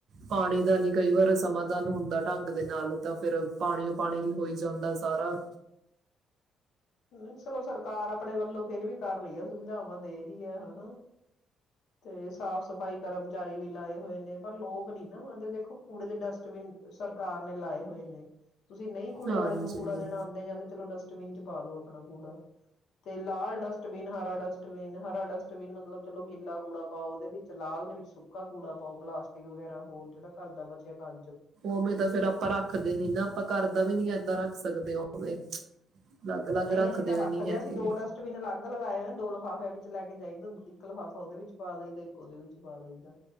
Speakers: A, on the right (about 50°); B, on the left (about 60°).
A: ਪਾਣੀ ਦਾ ਨੀ ਕਈ ਵਾਰ ਸਮਾਧਾਨ ਹੁੰਦਾ ਦਾ ਢੰਗ ਦੇ ਨਾਲ ਤਾਂ ਫਿਰ ਪਾਣੀਓ ਪਾਣੀ ਹੋਈ ਜਾਂਦਾ ਸਾਰਾ
B: ਨਹੀਂ ਚਲੋ ਸਰਕਾਰ ਆਪਣੇ ਵੱਲੋਂ ਫੇਿਰ ਵੀ ਕਰ ਰਹੀ ਹੈ ਸੁਵਿਧਾਵਾਂ ਦੇ ਰਹੀ ਹੈ ਹਨਾ ਤੇ ਸਾਫ਼ ਸਫ਼ਾਈ ਕਰਮਚਾਰੀ ਵੀ ਲਾਏ ਹੋਏ ਨੇ ਪਰ ਲੋਕ ਨੀ ਨਾਦੇ ਦੇਖੋ ਕੂੜੇ ਦੇ ਡਸਟਬਿਨ ਸਰਕਾਰ ਨੇ ਲਾਏ ਹੋਏ ਨੇ ਤੁਸੀਂ ਨਹੀਂ ਕੂੜੇ
A: ਹਾਂਜੀ
B: ਵਾਲੇ ਨੂੰ ਕੂੜਾ ਦੇਣਾ ਆਉਂਦੇ ਜਾਂਦੇ ਚਲੋ ਡਸਟਬਿਨ ਚ ਆਪਣਾ ਕੂੜਾ ਤੇ ਲਾਲ ਡਸਟਬਿਨ ਹਰਾ ਡਸਟਬਿਨ ਹਰਾ ਡਸਟਬਿਨ ਮਤਲਬ ਚਲੋ ਗਿੱਲਾ ਕੂੜਾ ਪਾਓ ਉਹਦੇ ਵਿੱਚ ਲਾਲ ਦੇ ਵਿੱਚ ਸੁੱਕਾ ਕੂੜਾ ਪਾਓ ਪਲਾਸਟਿਕ ਵਗੈਰਾ ਹੋਰ ਜਿਹੜਾ ਘਰ ਦਾ ਬਚਿਆ ਕਰ
A: ਉਵੇਂ ਤਾਂ ਫੇਰ ਆਪਾਂ ਰੱਖਦੇ ਨੀ ਨਾ ਆਪਾਂ ਘਰ ਦਾ ਵੀ ਨਹੀ ਏਦਾਂ ਰੱਖ ਸਕਦੇ ਉਵੇਂ ਅਲੱਗ ਅਲੱਗ
B: ਨਹੀਂ ਅਸੀਂ ਤਾਂ ਰੱਖਦੇ
A: ਵੀ ਨਹੀਂ ਹੈਗੇ
B: ਹਾਂ ਅਸੀਂ ਦੋ ਡਸਟਬਿਨ ਅਲੱਗ ਲਗਾਏ ਹੋ ਦੋ ਲਿਫਾਫਿਆਂ ਵਿੱਚ ਲੈ ਕੇ ਜਾਈ ਦ ਇੱਕ ਲਿਫਾਫਾ ਉਹਦੇ ਵਿੱਚ ਪਾ ਦਈਦਾ ਇੱਕ ਉਹਦੇ ਵਿੱਚ ਪਾ ਦਈਦਾ